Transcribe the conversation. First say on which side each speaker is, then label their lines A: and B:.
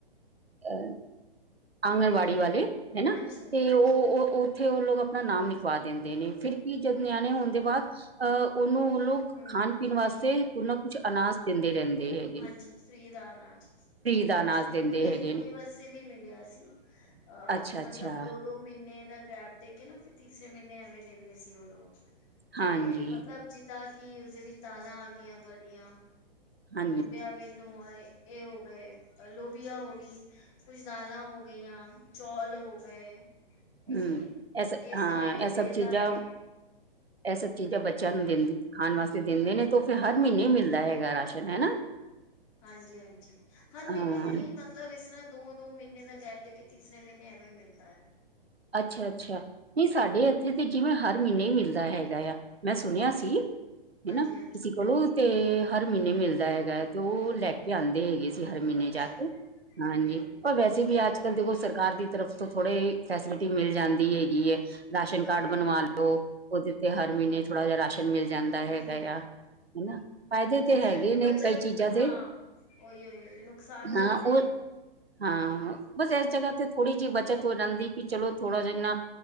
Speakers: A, on the right; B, on the left.
A: ਅ ਆਂਗਣਵਾੜੀ ਵਾਲੇ ਹਨਾ
B: ਹਾਂਜੀ ਹਾਂਜੀ
A: ਤੇ ਉਹ
B: ਹਾਂਜੀ
A: ਉੱਥੇ ਉਹ ਲੋਕ ਆਪਣਾ ਨਾਮ ਲਿਖਵਾ ਦਿੰਦੇ ਨੇ ਫਿਰ ਕੀ ਜਦ ਨਿਆਣੇ ਹੋਣ ਦੇ ਬਾਅਦ ਅਹ ਉਹਨੂੰ ਉਹ ਲੋਕ
B: ਹਮ
A: ਖਾਣ ਪੀਣ ਵਾਸਤੇ ਕੁਝ ਨਾ ਕੁਛ ਅਨਾਜ ਦਿੰਦੇ ਰਹਿੰਦੇ ਹੈ
B: ਹਾਂਜੀ ਹਾਂਜੀ ਫਰੀ ਦਾ ਅਨਾਜ
A: ਦਾ
B: ਹਾਂਜੀ
A: ਅਨਾਜ ਦਿੰਦੇ
B: ਮੇਰੀ
A: ਹੈਗੇ
B: ਕੁੜੀ
A: ਨੇ
B: ਬਸ ਏ ਸੀ ਵੀ ਮਿਲਿਆ ਸੀ ਅਹ
A: ਅੱਛਾ
B: ਮਤਲਬ
A: ਅੱਛਾ
B: ਦੋ ਦੋ ਮਹੀਨੇ ਦਾ ਗੈਪ ਦੇ ਕੇ ਨਾ ਫਿਰ ਤੀਸਰੇ ਮਹੀਨੇ ਐਵੇਂ ਦਿੰਦੇ ਸੀ ਉਹ ਲੋਕ
A: ਹਾਂਜੀ
B: ਇਹ ਮਤਲਬ ਜਿੱਦਾਂ ਕਿ ਉਸਦੇ ਵਿੱਚ ਦਾਲਾਂ ਆਂਦੀਆਂ ਤੁਹਾਡੀਆਂ
A: ਹਾਂਜੀ
B: ਬਨ ਹੋਏ ਇਹ ਹੋ ਗਏ ਲੋਬੀਆਂ ਹੋ ਗਈ ਕੁਝ ਦਾਲਾਂ ਹੋ ਗਈਆਂ ਚੌਲ ਹੋ ਗਏ ਹੈ
A: ਹੂੰ
B: ਕਿ ਨਹੀਂ ਇਹ ਸਭ
A: ਹਾਂ
B: ਇੱਕ
A: ਇਹ
B: ਤੇਲ
A: ਸਭ ਚੀਜ਼ਾਂ
B: ਦਾ ਪੈਕੇਟ
A: ਇਹ ਸਭ ਚੀਜ਼ਾਂ ਬੱਚਿਆਂ ਨੂੰ ਦਿੰਦੇ ਖਾਣ ਵਾਸਤੇ ਦਿੰਦੇ ਨੇ ਤੇ ਫਿਰ ਹਰ ਮਹੀਨੇ ਮਿਲਦਾ ਹੈਗਾ ਰਾਸ਼ਨ ਹਨਾ
B: ਹਾਂਜੀ ਹਾਂਜੀ ਹਰ ਮਹੀਨੇ
A: ਹਾਂ
B: ਤੇ ਨਹੀਂ ਮਤਲਬ ਮਤਲਬ ਇਸ ਤਰ੍ਹਾਂ ਦੋ ਦੋ ਮਹੀਨੇ ਦਾ ਗੈਪ ਦੇ ਕੇ ਤੀਸਰੇ ਮਹੀਨੇ ਐਵੇਂ ਮਿਲਦਾ ਹੈ
A: ਅੱਛਾ ਅੱਛਾ ਨਹੀਂ ਸਾਡੇ ਇੱਥੇ ਤੇ ਜਿਵੇਂ ਹਰ ਮਹੀਨੇ ਹੀ ਮਿਲਦਾ ਹੈਗਾ ਆ ਮੈਂ ਸੁਣਿਆ ਸੀ
B: ਹਾਂਜੀ
A: ਹਨਾ
B: ਹਾਂਜੀ
A: ਕਿਸੀ ਕੋਲੋਂ ਤੇ ਹਰ ਮਹੀਨੇ ਮਿਲਦਾ ਹੈਗਾ ਹੈ ਤੇ ਉਹ ਲੈ ਕੇ ਆਉਂਦੇ ਹੈਗੇ ਸੀ ਹਰ ਮਹੀਨੇ
B: ਅੱਛਾ
A: ਜਾ ਕੇ ਹਾਂਜੀ
B: ਨਹੀਂ
A: ਪਰ ਵੈਸੇ ਵੀ ਅੱਜ ਕੱਲ ਦੇਖੋ ਸਰਕਾਰ ਦੀ ਤਰਫ ਤੋਂ ਥੋੜੇ ਫੈਸਿਲਿਟੀ ਮਿਲ ਜਾਂਦੀ ਹੈਗੀ ਹੈ ਰਾਸ਼ਨ
B: ਉਹ
A: ਕਾਰਡ
B: ਤੇ
A: ਬਣਵਾ
B: ਹੈ
A: ਲਓ ਉਹਦੇ ਤੇ ਹਰ ਮਹੀਨੇ ਥੋੜ੍ਹਾ ਜਿਹਾ ਰਾਸ਼ਨ ਮਿਲ ਜਾਂਦਾ ਹੈਗਾ
B: ਹਮ
A: ਆ ਹਨਾ ਫਾਇਦੇ
B: ਉੱਥੇ
A: ਤੇ
B: ਸਾਡੀ
A: ਹੈਗੇ ਨੇ
B: ਬੱਚਤ
A: ਕਈ ਚੀਜ਼ਾਂ ਦੇ
B: ਹਾਂ ਉਹੀ ਉਹੀ ਨੁਕਸਾਨ ਵੀ
A: ਹਾਂ
B: ਇਨੇ
A: ਉਹ
B: ਨੇ
A: ਹਾਂ ਬਸ ਇਸ ਜਗਾ ਤੇਥੋੜੀ ਜਿਹੀ ਬੱਚਤ ਹੋ ਜਾਂਦੀ ਕਿ ਚਲੋ ਥੋੜਾ ਜਿਨਾ